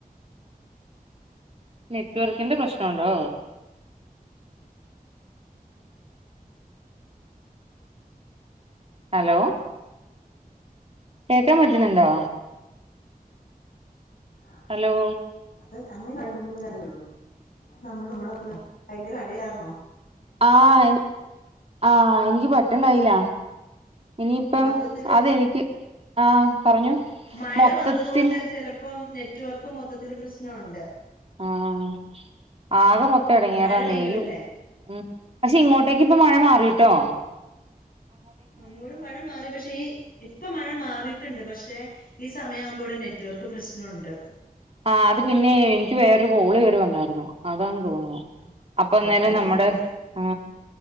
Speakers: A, on the right; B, on the left.
A: നെറ്റ്വർക്കിന്റെ പ്രശ്നോണ്ടോ? അലോ? കേക്കാ പറ്റുന്നുണ്ടോ?
B: അ
A: ഹലോ
B: അത് അങ്ങനെ രണ്ട് മൂന്ന് കാര്യോള്ളു ല്ലാതെ നമ്മള് നമ്മടെ മക്കളെ ഭയങ്കര മഴയാർന്നോ.
A: ആഹ് എനി ആഹ് എനിക്ക് പെട്ടണ്ടായില. ഇനിയിപ്പം
B: മൊത്തത്തില്
A: അതെനിക്ക് ആഹ് പറഞ്ഞോ.
B: മഴ
A: മൊത്തത്തിൽ
B: വന്നത് കൊണ്ട് ചലപ്പം നെറ്റ്വർക്ക് മൊത്തത്തില് പ്രശ്നൊണ്ട്.
A: ആഹ് ആകെ മൊത്തം എ ടങ്ങേറാന്നെയ്.
B: മഴ പെയ്യുവല്ലേ
A: ം പക്ഷെ ഇങ്ങോട്ടേക്ക് ഇപ്പ മഴ മാറീട്ടോ.
B: ങ്ങോടും മഴ മാറി പക്ഷേ ഈ ഇപ്പൊ മഴ മാറീട്ടുണ്ട് പക്ഷെ ഈ സമയം ആവുമ്പോ ഇവിടെ നെറ്റ്വർക്ക് പ്രശ്നൊണ്ട്.
A: ആ അത് പിന്നെ എനിക്ക് വേറൊരു കോള് കയറി വന്നായിരുന്നു അതാെന്ന് തോന്നുന്നു.
B: ആഹ്
A: അപ്പൊ
B: ചെലപ്പോ
A: അന്നോരം
B: അതായിരിക്കാം
A: നമ്മുടെ അ്